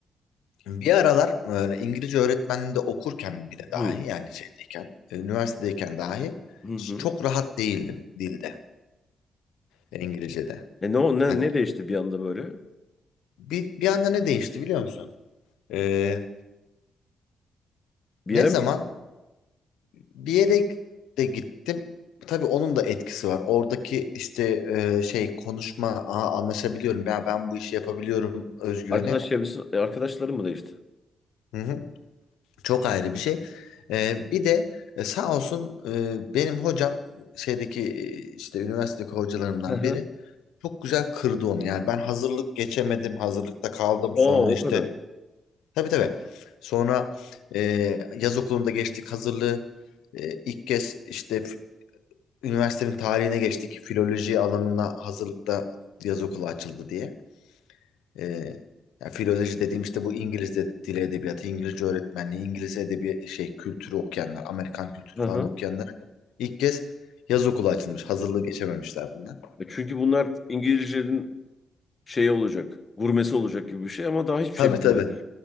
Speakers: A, on the left; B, on the left.
A: bir aralar böyle İngilizce öğretmenliğinde okurken bile
B: Hmm.
A: dahi yani şeydeyken e, üniversitedeyken dahi
B: Hı hı.
A: çok rahat değildim dilde İngilizce'de.
B: E ne, o- ne,
A: Hani
B: ne değişti bir anda böyle?
A: bir, bir anda ne değişti biliyor musun? Ee,
B: Bir
A: ne
B: yere
A: zaman
B: mi gittin?
A: Bir yere de gittim. Tabii onun da etkisi var. Oradaki işte e, şey konuşma, Aa, anlaşabiliyorum. Ya ben bu işi yapabiliyorum özgüveni.
B: Arkadaş çevresi, e, arkadaşların mı değişti?
A: Hı hı. Çok ayrı bir şey. E, bir de e, sağ olsun e, benim hocam şeydeki e, işte üniversitedeki hocalarımdan
B: Hı hı.
A: biri çok güzel kırdı onu. Yani ben hazırlık geçemedim, hazırlıkta kaldım.
B: Aa
A: Sonra işte
B: o kadar.
A: tabii tabii. Sonra e, yaz okulunda geçtik hazırlığı. E, ilk kez işte üniversitenin tarihine geçtik. Filoloji alanına hazırlıkta yaz okulu açıldı diye. Ee, yani filoloji dediğim işte bu İngiliz de- dili edebiyatı, İngilizce öğretmenliği, İngiliz edebi şey kültürü okuyanlar, Amerikan kültürü
B: Hı
A: falan
B: hı.
A: okuyanlar ilk kez yaz okulu açılmış. Hazırlığı geçememişler bundan.
B: E çünkü bunlar İngilizcenin şeyi olacak, gurmesi olacak gibi bir şey ama daha hiçbir
A: Tabii
B: şey bilmiyor.
A: tabii.